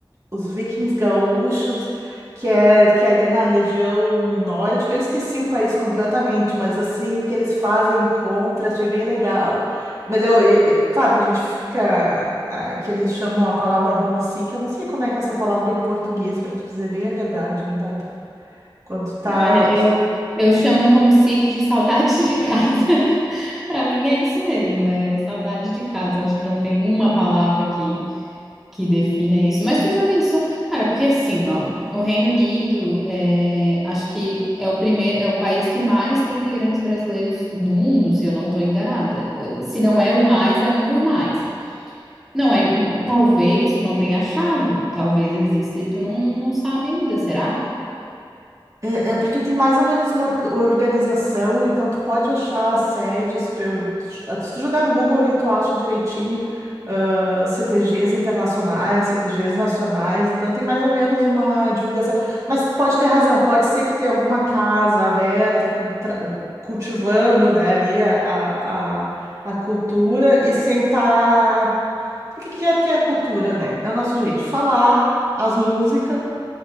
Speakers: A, on the right; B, in the centre.
A: os vikings gaúchos, que é que é ali na região nórdica, eu esqueci o país completamente, mas assim, que eles fazem encontros, achei bem legal. Mas eu, eu- eu- claro que a gente fica, ah, que eles chamam a palavra homesick, eu não sei como é que é essa palavra em português, para te dizer bem a verdade, hein, Bárbara? Quando tá,
B: Olha, eu, eu chamo o homesick de saudade de casa. <laughs> Para mim é isso mesmo, é saudade de casa. Acho que não tem uma palavra que, que defina isso. Mas tu já pensou, cara, porque assim, ó, o Reino Unido é, acho que é o primeiro, é o país que mais tem imigrantes brasileiros no mundo, se eu não estou enganada. Se não é o mais, é um dos mais. Não é, talvez tu não tenha achado, talvez exista e tu não, não sabe ainda, será?
A: É, é porque tem mais ou menos uma orga- organização, então tu pode achar assédios. pe- Se tu jogar no Google ali, tu acha direitinho, ah, CTGs internacionais, CTGs nacionais, então tem mais ou menos uma divulgação. Mas tu pode ter razão, pode ser que tenha alguma casa aberta, com tra- cultivando, né, ali a, a, a a cultura e sem estar. Porque que é que é a cultura, né? É o nosso jeito de falar, as músicas.